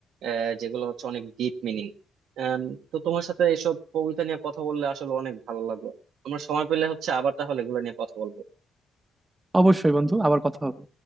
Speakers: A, on the right; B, on the right.
A: আহ যেগুলো হচ্ছে অনেক ডিপ মিনিং তো তোমার সাথে এসব কবিতা নিয়ে কথা বললে আসলে অনেক ভালো লাগলো আমরা সময় পেলে হচ্ছে আবার তাহলে এগুলো নিয়ে কথা বলবো
B: অবশ্যই বন্ধু আবার কথা হবে